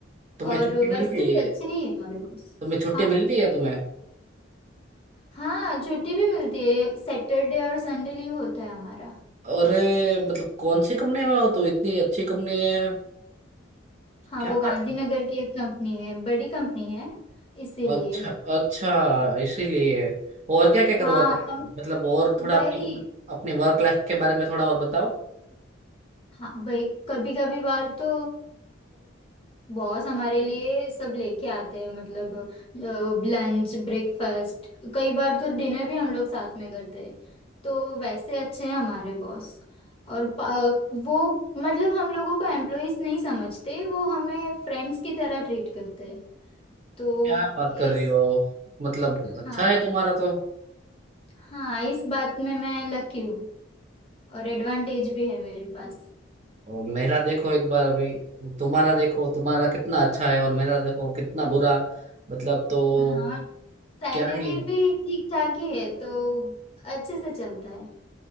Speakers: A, on the right; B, on the left.
A: तुम्हें
B: और
A: छुट्टी
B: वैसे
A: मिलती
B: भी
A: है
B: अच्छे ही है हमारे बॉस
A: तुम्हें छुट्टी
B: हाँ
A: मिलती है तुम्हें
B: हाँ छुट्टी भी मिलती है सैटरडे और संडे लीव होता है हमारा
A: अरे मतलब कौन सी कंपनी में हो तो इतनी अच्छी कंपनी है
B: हाँ
A: क्या
B: वो गांधीनगर
A: बात कर
B: की एक कंपनी है बड़ी कंपनी है इसीलिए
A: अच्छा अच्छा इसीलिए और क्या क्या करवाते
B: हाँ
A: हैं
B: और
A: मतलब और थोड़ा
B: वही
A: अपनी कम, अपनी वर्क लाइफ के बारे में थोड़ा और बताओ
B: हाँ भाई कभी कभी बार तो बॉस हमारे लिए सब लेके आते हैं मतलब लंच ब्रेकफास्ट कई बार तो डिनर भी हम लोग साथ में करते हैं तो वैसे अच्छे हैं हमारे बॉस और पा- वो मतलब हम लोगों को एम्प्लॉइज नहीं समझते वो हमें फ्रेंड्स की तरह ट्रीट करते हैं तो
A: क्या बात
B: इस
A: कर रही हो मतलब अच्छा
B: हाँ
A: है तुम्हारा तो
B: हाँ इस बात में मैं लकी हूँ और एडवांटेज भी है मेरे पास
A: और मेरा देखो एक बार अभी तुम्हारा देखो तुम्हारा कितना अच्छा है और मेरा देखो कितना बुरा मतलब तो
B: हाँ सैलरी
A: क्या ही
B: भी ठीक ठाक ही है तो अच्छे से चलता है